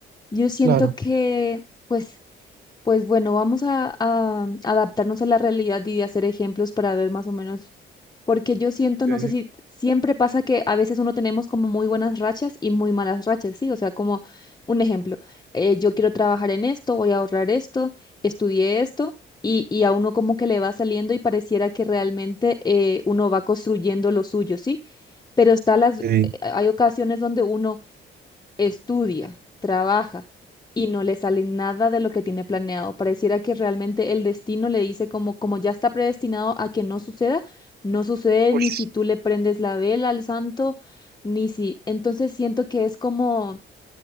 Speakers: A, on the left (about 20°); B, on the right (about 55°).
A: Yo siento
B: claro.
A: que, pues pues bueno, vamos a, a adaptarnos a la realidad y hacer ejemplos para ver más o menos, porque yo siento, no
B: Ok.
A: sé si siempre pasa que a veces uno tenemos como muy buenas rachas y muy malas rachas, ¿sí? O sea, como un ejemplo, eh, yo quiero trabajar en esto, voy a ahorrar esto, estudié esto. Y, y a uno como que le va saliendo y pareciera que realmente eh, uno va construyendo lo suyo, ¿sí? Pero está las,
B: Ok.
A: eh, hay ocasiones donde uno estudia, trabaja y no le sale nada de lo que tiene planeado. Pareciera que realmente el destino le dice como, como ya está predestinado a que no suceda, no sucede
B: Uy,
A: ni si tú le prendes la vela al santo, ni si. Entonces siento que es como